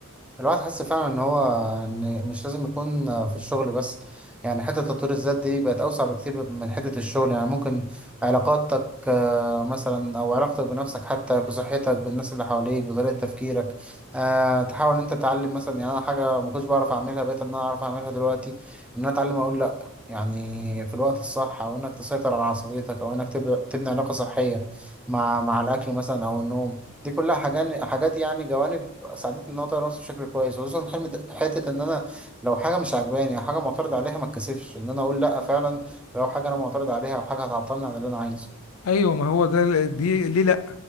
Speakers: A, in the centre; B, on the left.
A: الواحد حس فعلا ان هو ان مش لازم يكون في الشغل بس يعني حتة تطوير الذات دي بقت اوسع بكتير من حتة الشغل يعني ممكن علاقاتك آه، مثلا او علاقتك بنفسك حتى بصحتك بالناس اللي حواليك بطريقة تفكيرك آه، تحاول ان انت تتعلم مثلا يعني انا حاجة ما كنتش بعرف اعملها بقيت ان انا اعرف اعملها دلوقتي ان انا اتعلم اقول لا يعني في الوقت الصح او انك تسيطر على عصبيتك او انك تب- تبني علاقة صحية مع مع الاكل مثلا او النوم دي كلها حاجات حاجات يعني جوانب ساعدتني ان انا اطور نفسي بشكل كويس وخصوصا حلم د- حته ان انا لو حاجه مش عاجباني او حاجه معترض عليها ما اتكسفش ان انا اقول لا فعلا لو حاجه انا معترض عليها او حاجه هتعطلني عن اللي انا عايزه
B: ايوه ما هو ده دي ليه